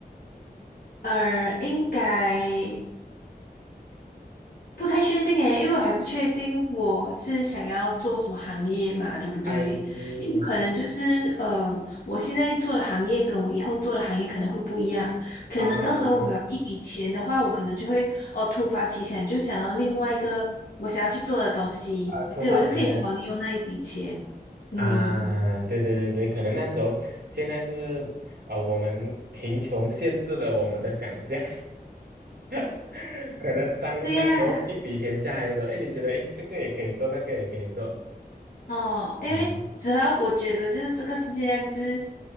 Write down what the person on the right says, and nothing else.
I see
啊
啊，突发奇想。
啊，对对对对，可能那时候现在是呃，我们贫穷限制了我们的想象，<laughs> 可能当当时候一笔钱下来的时候，
哎，你觉得哎，诶这个也可以做，那个也可以做，
嗯